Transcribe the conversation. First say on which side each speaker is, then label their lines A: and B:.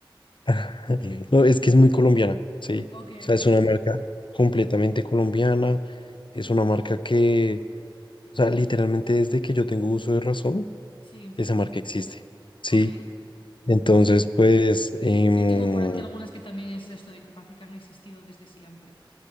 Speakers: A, on the left; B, on the left.
A: <laughs> No, es que es muy colombiana, sí.
B: Ok,
A: O sea,
B: ok,
A: es una marca completamente colombiana. Es una marca que, o sea, literalmente desde que yo tengo uso de razón,
B: sí,
A: esa marca existe, sí.
B: ok.
A: Entonces, pues, em,
B: Sí, yo tengo por aquí algunas que también es de esto de que parece que han existido desde siempre.